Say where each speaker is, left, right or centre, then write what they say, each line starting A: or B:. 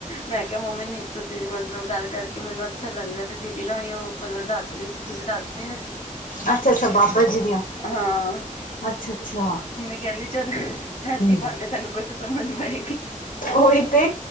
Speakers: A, on the left (about 50°); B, on the left (about 80°).
A: ਮੈਂ ਕਿਹਾ ਮੰਮੀ ਨੀਤੂ ਦੀਦੀ ਮਤਲਬ ਗੱਲ ਕਰਕੇ, ਮੈਨੂੰ ਅੱਛਾ ਲੱਗ ਰਿਹਾ ਸੀ ਦੀਦੀ ਨਾਈ ਉਹ ਦੱਸ। ਦੱਸ ਰਹੇ ਸੀ, ਤੁਸੀਂ ਦੱਸ ਕੇ ਰਹੇ ਸੀ।
B: ਅੱਛਾ, ਅੱਛਾ ਬਾਬਾ ਜੀ ਦੀਆਂ।
A: ਹਾਂ,
B: ਅੱਛਾ ਅੱਛਾ
A: ਮੰਮੀ ਕਹਿੰਦੀ ਚਲ ਹੈਥ
B: ਹੂੰ
A: ਪਾਉਂਦੇ ਤੈਨੂੰ ਕੁੱਛ ਸਮਝ ਆਏਗੀ।
B: ਉਈ ਤੇ,